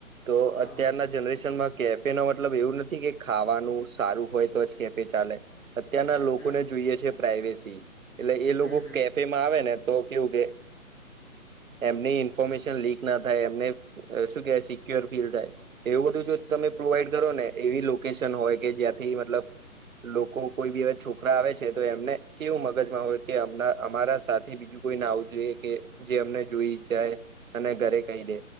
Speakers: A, on the right; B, on the left.
A: તો
B: હા
A: અત્યારના
B: હા
A: જનરેશનમાં કેફે નો મતલબ એવું નથી કે ખાવાનું સારું હોય તો જ કેફે ચાલે અત્યારના લોકોને
B: હમ
A: જોઈએ છે પ્રાઈવેસી એટલે એ
B: હમ
A: લોકો
B: હમ
A: કેફે માં આવે ને તો કેવું કે એમને ઇન્ફોર્મેશન લીક ના થાય એમને શું કે સિક્યોર ફીલ થાય એવું બધું જો તમે પ્રોવાઈડ કરો ને એવી લોકેશન હોય કે જ્યાંથી મતલબ લોકો કોઈ બીવે છોકરા આવે છે તો એમને કેવું મગજમાં હોય કે અમારા સાથે બી બ કોઈ નાવું જોઈએ કે જેમને જોઈ જાય અને ઘરે કહી દે